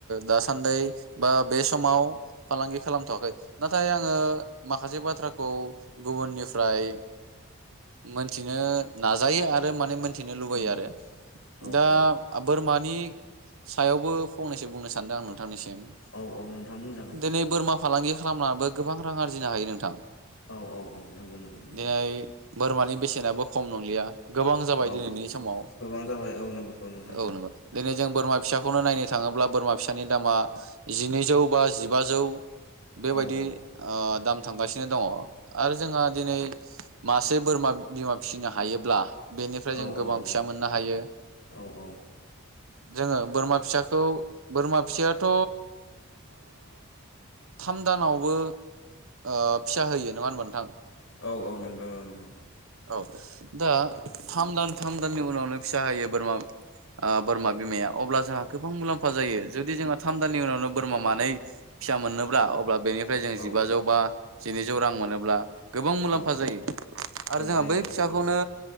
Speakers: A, on the right; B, on the left.
A: दासान्दि बा बे समाव फालांगि खालामथ'वाखै नाथाय आङो माखासे बाथ्राखौ गुबुननिफ्राय मोनथिनो नाजायो आरो माने मिथिनो लुबैयो
B: औ
A: आरो
B: औ
A: दा
B: औ
A: बोरमानि सायावबो फंनैसो बुंनो सानदों आं नोंथांनिसिम
B: औ औ नोंथां बुंजागोन
A: दिनै बोरमा फालांगि खालामनाबो गोबां रां आरजिनो हायो नोंथां
B: औ औ नंगौ नंगौ नंगौ
A: <inaudible> बोरमानि बेसेनाबो खम नंलिया गोबां जाबाय
B: औ
A: दिनैनि समाव
B: गोबां जाबाय औ नंगौ नोंथां
A: औ नोंगौ जेरै जों बोरमा फिसाखौनो नायनो थाङोब्ला बोरमा फिसानि दामा जिनैजौ बा जिबाजौ। बेबायदि
B: औ औ
A: दाम थांगासिनो दङ आरो जोंहा दिनै मासे बोरमा बिमा फिसिनो हायोब्ला। बेनिफ्राय
B: औ
A: जों
B: औ
A: गोबां
B: नंगौ
A: फिसा मोननो हायो।
B: औ औ
A: जोङो बोरमा फिसाखौ बोरमा फिसायाथ थाम दानावबो फिसा होयो नङा होनबा नोंथां।
B: औ औ नोंथां औ नंगौ।
A: औ दा थाम दान थाम दाननि उनावनो फिसा होयो बोरमा बोरमा बिमाया अब्ला जोंहा गोबां मुलाम्फा जायो जुदि जोंहा थाम दाननि उनावनो बोरमा मानै फिसा मोनोब्ला अब्ला। बेनिफ्राय जों
B: औ
A: जिबाजौ बा। जिनै जौ रां मोनोब्ला। गोबां मुलाम्फा
B: औ
A: जायो। आरो
B: औ
A: जोंहा
B: जायो
A: बै
B: नोंथां
A: फिसाखौनो।
B: जायो